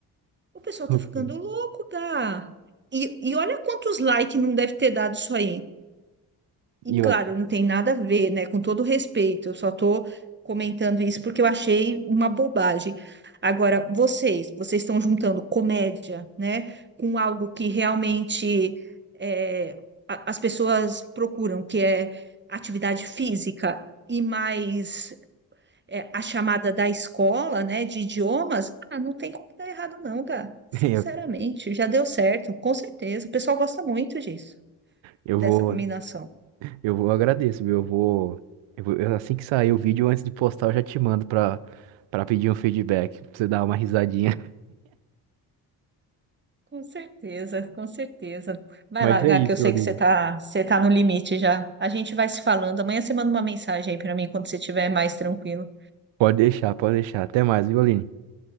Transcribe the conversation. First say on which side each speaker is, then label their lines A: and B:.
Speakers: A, on the right (about 25°); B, on the right (about 70°).
A: O pessoal
B: Que
A: tá
B: loucura.
A: ficando louco, cara. E, e olha quantos likes não deve ter dado isso aí. E
B: E eu,
A: claro, não tem nada a ver, né? Com todo respeito, eu só tô comentando isso porque eu achei uma bobagem. Agora, vocês, vocês estão juntando comédia, né? Com algo que realmente é, a- as pessoas procuram, que é atividade física e mais é, a chamada da escola, né, de idiomas, ah, não tem como dar errado não, cara. Sinceramente,
B: <laughs> eu,
A: já deu certo, com certeza. O pessoal gosta muito disso,
B: eu
A: dessa
B: vou,
A: combinação.
B: eu vou, eu agradeço, viu? Eu vou, eu vou, eu- assim que sair o vídeo, antes de postar, eu já te mando pra, pra pedir um feedback, pra você dar uma risadinha.
A: Com certeza, com certeza.
B: <laughs>
A: Vai
B: Mas
A: lá, Gá,
B: é isso,
A: que eu sei
B: Olívio.
A: que você tá, você tá no limite já. A gente vai se falando. Amanhã você manda uma mensagem aí pra mim quando você estiver mais tranquilo.
B: Pode deixar, pode deixar. Até mais, viu, Aline?